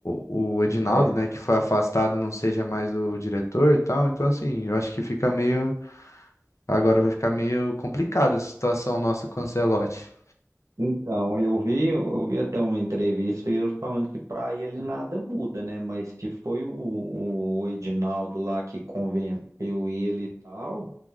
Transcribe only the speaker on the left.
o, o Edinaldo,
né, que foi afastado, não seja mais o diretor e tal. Então, assim, eu acho que fica meio. Agora vai ficar meio complicada a situação nossa com o Ancelotti.